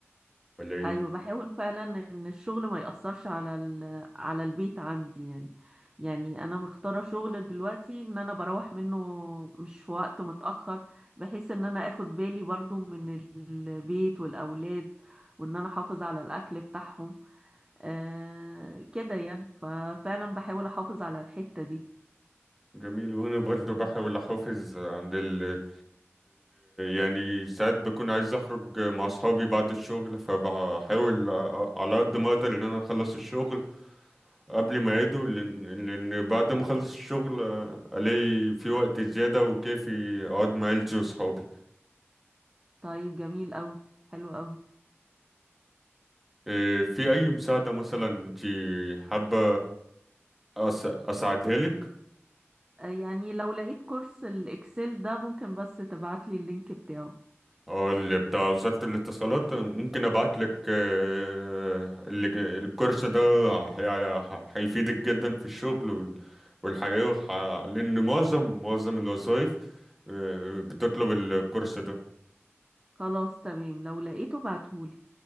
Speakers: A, in the centre; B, on the right (about 20°).
A: ولا ايه
B: ايوه بحاول فعلا ان الشغل ما يأثرش على ال... على البيت عندي يعني يعني انا مختاره شغل دلوقتي ان انا بروح منه مش في وقت متأخر بحيث ان انا اخد بالي برضو من البيت والاولاد وان انا احافظ على الاكل بتاعهم آه كده يعني ففعلا بحاول احافظ على الحتة دي
A: جميل وهنا برضه بحاول احافظ عند اللي يعني ساعات بكون عايز اخرج مع اصحابي بعد الشغل فبحاول ا- على قد ما اقدر ان انا اخلص الشغل قبل ما يعيدوا لان لأن بعد ما اخلص الشغل آه، الاقي في وقت زيادة وكافي اقعد مع عيلتي واصحابي
B: طيب جميل قوي حلو قوي
A: إيه، في اي مساعدة مثلا انت حابة أس- اساعدها لك
B: يعني لو لقيت كورس الاكسل ده ممكن بس تبعتلي اللينك بتاعه
A: اه اللي بتاع وزارة الاتصالات ممكن ابعت لك آه، اللي ج- الكورس ده هي- ه- هيفيدك جدا في الشغل وال- والحياة وح- لان معظم معظم الوظائف آه، بتطلب الكورس ده
B: خلاص تمام لو لقيته بعتهولي